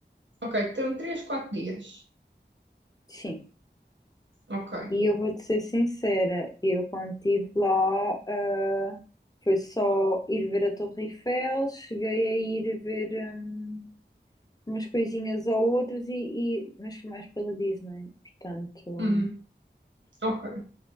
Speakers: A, on the right; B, on the left.
A: ok, termo 3, 4 dias.
B: Sim.
A: Ok,
B: E eu vou-te ser sincera, eu quando estive lá, ah, foi só ir ver a Torre Eiffel, cheguei a ir ver, hum, umas coisinhas ou outras, e, e- mas foi mais pela Disney, portanto,
A: Uhum. ok.